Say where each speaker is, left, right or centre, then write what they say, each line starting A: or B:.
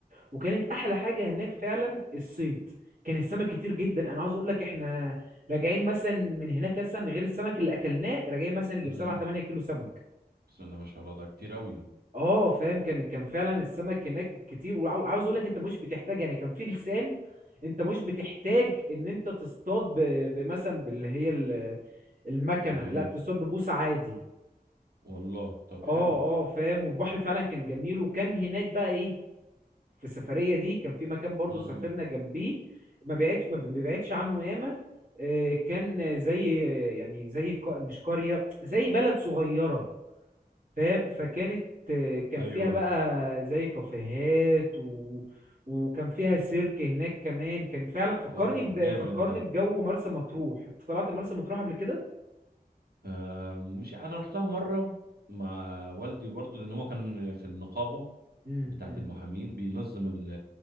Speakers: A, on the right (about 55°); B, on the right (about 75°).
A: وكانت احلى حاجة هناك فعلا الصيد كان السمك كتير جدا انا عاوز اقول لك احنا راجعين مثلا من هناك مثلا غير السمك اللي اكلناه راجعين مثلا يجيب
B: امم
A: 7 8 كيلو سمك
B: بسم الله ما شاء الله ده كتير قوي
A: اه فاهم كان كان فعلا السمك هناك كتير وعاوز اقول لك انت مش بتحتاج يعني كان في لسان انت مش بتحتاج ان انت تصطاد ب- بمثلا باللي هي ال- المكنه
B: بايه
A: لا بتصطاد ببوصه عادي
B: والله طب
A: اه
B: حلو
A: اه فاهم والبحر فعلا كان جميل وكان هناك بقى ايه في السفريه دي كان في مكان برضو
B: امم
A: سافرنا جنبيه ما بعدش ما بيبعدش عنه ياما آه، كان زي يعني زي قا- مش قريه زي بلد صغيره فاهم فكانت كان
B: ايوه
A: فيها بقى زي كافيهات و... وكان فيها سيرك هناك كمان كان فعلا فكرني
B: اوه
A: ب...
B: جامد
A: فكرني
B: ده
A: بجو مرسى مطروح انت طلعت مرسى مطروح قبل كده
B: آه مش انا رحتها مره مع والدي برضو لان هو كان في النقابه
A: امم
B: بتاعه
A: امم
B: المحامين بينظم ال-